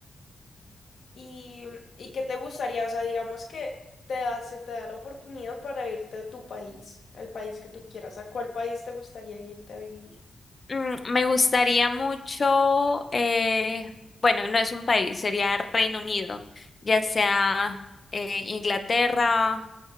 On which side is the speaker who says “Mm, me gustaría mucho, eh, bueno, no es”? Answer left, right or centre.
Left